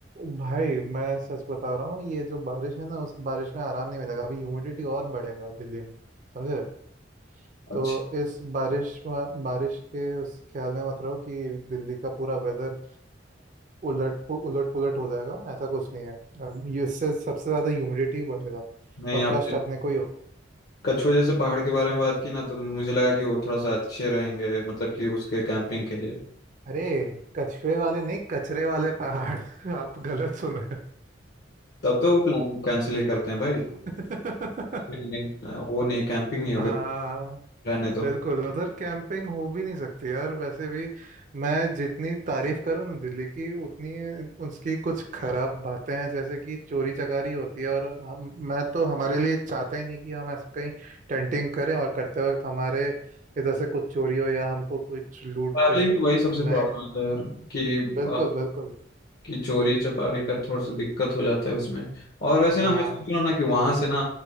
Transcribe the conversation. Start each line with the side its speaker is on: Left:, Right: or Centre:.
Right: भाई मैं सच बता रहा हूँ ये जो बारिश है ना उस बारिश में आराम नहीं मिलेगा अभी ह्यूमिडिटी और बढ़ेगा दिल्ली में समझे तो
Left: अच्छा
Right: इस बारिश में- बारिश के उस ख्याल में मत रहो कि दिल्ली का पूरा वेदर उलट पु, उलट पुलट हो जाएगा ऐसा कुछ नहीं है अम, ये- इससे सबसे ज्यादा ह्यूमिडिटी बढ़ेगा
Left: नहीं
Right: और
Left: आप
Right: कष्ट अपने को ही होगा
Left: कछुए जैसे पहाड़ के बारे में बात की ना तो मुझे लगा कि वो थोड़ा सा अच्छे रहेंगे मतलब कि उसके कैंपिंग के लिए
Right: अरे कछुए वाले नहीं कचरे वाले पहाड़ <laughs> आप गलत सुने
Left: तब तो वो प्लान कैंसिल ही करते हैं भाई
Right: <laughs>
Left: नहीं नहीं आ, वो नहीं कैंपिंग नहीं होगी
Right: हाँ
Left: रहने दो
Right: बिल्कुल उधर कैंपिंग हो भी नहीं सकती यार वैसे भी मैं जितनी तारीफ करूँ ना दिल्ली की उतनी उसकी कुछ खराब बातें हैं जैसे कि चोरी चकारी होती है और हम मैं तो हमारे लिए चाहता ही नहीं कि हम ऐसे कहीं टेंटिंग करें और करते वक्त हमारे इधर से कुछ चोरी हो या हमको कुछ लूट
Left: ट्रैवलिंग
Right: दे
Left: में वही सबसे
Right: मैं
Left: प्रॉब्लम होता है यार कि
Right: बिल्कुल
Left: आ,
Right: बिल्कुल
Left: कि चोरी चपारी का थोड़ा सा दिक्कत हो जाता है उसमें और वैसे ना
Right: हाँ
Left: मैं सोच रहा ना कि वहां से ना